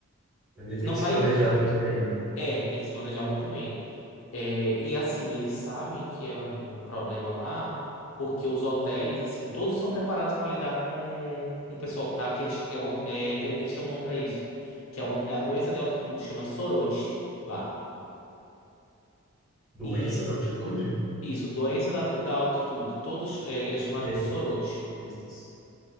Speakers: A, in the centre; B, on the left.
A: Mas ele
B: Não
A: tem que
B: vai.
A: se planejar muito bem, né?
B: É, tem que se planejar muito bem. É, e assim, eles sabem que é um problema lá, porque os hotéis, assim, todos são preparados para lidar com, com o pessoal que tá, que eles, é uma- é, tem um- eles têm um nome para isso, que é, uma- é a doença de altitude, chama sorote lá.
A: Doença
B: E
A: da altitude?
B: isso, doença da, alti- da altitude, todos é, é chamado
A: E aí,
B: de sorote.
A: turistas?